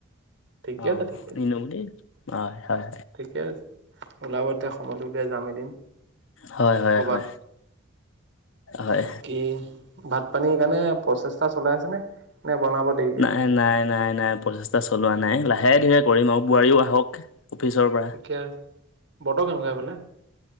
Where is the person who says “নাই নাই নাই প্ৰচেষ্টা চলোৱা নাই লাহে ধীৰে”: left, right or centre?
Left